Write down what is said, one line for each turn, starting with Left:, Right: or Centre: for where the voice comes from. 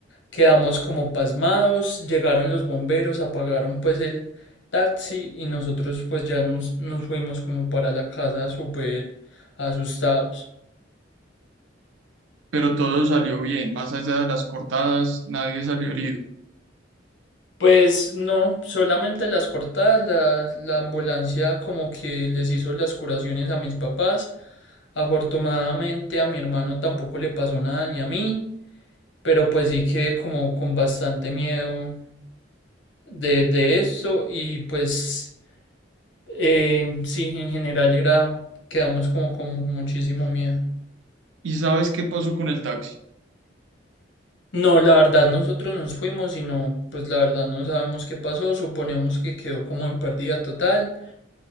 Left: Quedamos como pasmados, llegaron los bomberos, apagaron pues el taxi y nosotros pues ya nos, nos fuimos como para la casa súper asustados.
Right: Pero todo salió bien, más allá de las cortadas, nadie salió herido.
Left: Pues no, solamente las cortadas, la, la ambulancia como que les hizo las curaciones a mis papás. Afortunadamente a mi hermano tampoco le pasó nada ni a mí, pero pues sí quedé como con bastante miedo de, de eso y pues... Eh, sí, en general era, quedamos como con muchísimo miedo.
Right: ¿Y sabes qué pasó con el taxi?
Left: No, la verdad nosotros nos fuimos y no, pues la verdad no sabemos qué pasó, suponemos que quedó como en pérdida total